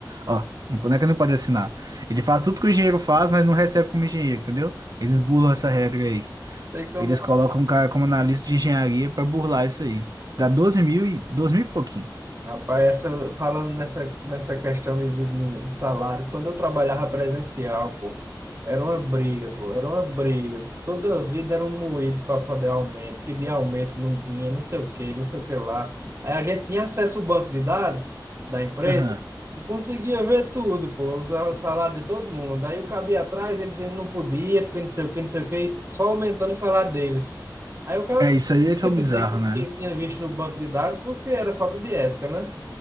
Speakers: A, on the right; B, on the right.
A: Ó, não não é que ele não pode assinar. Ele faz tudo que o engenheiro faz, mas não recebe como engenheiro, entendeu? Eles burlam essa regra aí.
B: Sei como
A: Eles colocam um cara como analista de engenharia para burlar isso aí. Dá 12 mil e 12 mil e pouquinho.
B: Rapaz, essa, falando nessa, nessa questão de, de, de- de salário, quando eu trabalhava presencial, pô, era uma briga, pô, era uma briga. Toda vida era um moído para poder aumento, pedir aumento, não tinha, não sei o que, não sei o que lá. Aí a gente tinha acesso ao banco de dados da empresa
A: Aham.
B: e conseguia ver tudo, pô, o sa- o salário de todo mundo. Aí o cabia atrás, eles dizendo não podia, porque não sei o que, não sei o que, e só aumentando o salário deles. Aí o cara
A: É, isso aí é que
B: queria
A: é o bizarro,
B: dizer que
A: né?
B: tinha visto no banco de dados porque era falta de ética, né?